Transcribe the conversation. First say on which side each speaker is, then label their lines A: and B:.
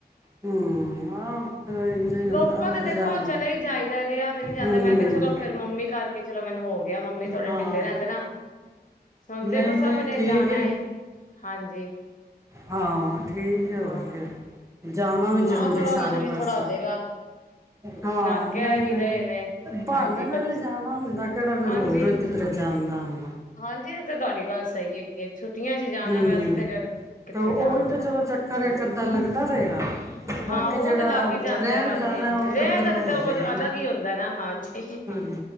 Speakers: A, on the right; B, on the left.
A: ਹਮ ਆਹ <inaudible>
B: ਲੋਕਲ ਤੇ
A: ਫਿਰ
B: ਦੇਖੋ
A: ਜਾਣ
B: ਚਲੇ ਹੀ ਜਾਈਦਾ ਰਿਹਾ ਤੇ ਨਹੀਂ ਜਾਂਦਾ
A: ਹਮ
B: ਮੈਂ ਕਿਹਾ ਚਲੋ ਫਿਰ ਮੰਮੀ ਕਰਕੇ ਚਲੋ ਮੈਨੂੰ ਹੋ ਗਿਆ ਮੰਮੀ ਥੋੜੇ
A: ਹਾਂ
B: ਢਿੱਲੇ ਰਹਿੰਦੇ ਨਾ ਹੁਣ
A: ਨਹੀਂ
B: ਦੇਖੋ
A: ਨਹੀਂ
B: ਸਭ ਨੇ
A: ਠੀਕ
B: ਜਾਣਾ
A: ਹੈ
B: ਹਾਂਜੀ
A: ਹਾਂ ਠੀਕ ਹੈ
B: ਹਾਂ
A: ਹੋਰ ਕੀ ਜਾਣਾ ਵੀ
B: ਹਾਂ
A: ਜ਼ਰੂਰੀ
B: ਥੋੜਾ
A: ਸਾਰੇ
B: ਉਹਨਾਂ ਨੂੰ ਵੀ
A: ਪਾਸੇ
B: ਥੋੜਾ ਹੋ ਜਾਏਗਾ
A: ਹਾਂ
B: ਨਾਲ
A: ਨਹੀਂ-ਨਹੀਂ
B: ਕਹਿ ਵੀ ਰਹੇ ਨੇ
A: ਬਹਾਨੇ
B: ਹਾਂਜੀ
A: ਨਾਲ
B: ਬ
A: ਲਿਜਾਣਾ ਹੁੰਦਾ ਕਿਹੜਾ ਵੀ
B: ਹਾਂਜੀ
A: ਰੋਜ਼ ਰੋਈ ਸਜ਼ਾਦਾ ਅਉ
B: ਹਾਂਜੀ ਉਹ ਤੇ ਤੁਹਾਡੀ ਗੱਲ ਸਹੀ ਹੈਗੀ ਹੈ ਛੁੱਟੀਆਂ ਚ ਹੀ ਜਾਣਾ
A: ਹੂੰ
B: ਵੈਸੇ ਤਾਂ ਫੇਰ ਕਿੱਥੇ
A: ਤੇ ਉਹੀ
B: ਜਾਣ ਹੋਣਾ
A: ਤਾਂ ਚਲੋ ਚੱਕਰ ਏਕ ਅੱਧਾ ਲੱਗਦਾ ਰਹੇਗਾ ਬਾਕੀ
B: ਹਾਂ ਉਹ
A: ਜਿਹੜਾ
B: ਤੇ ਲੱਗ ਹੀ ਜਾਂਦਾ
A: ਰਹਿਣ
B: ਹਾਂਜੀ
A: ਜਾਣਾ ਉਹ
B: ਰਹਿਣ
A: ਫੇਰ
B: ਦਾ ਤੇ ਤਾਂ
A: ਹੋ
B: ਉਹ ਕੁਛ
A: ਜਾਏਗਾ ਨਾ
B: ਅਲੱਗ ਹੀ ਹੁੰਦਾ ਨਾ ਹਾਂਜੀ
A: ਹੂੰ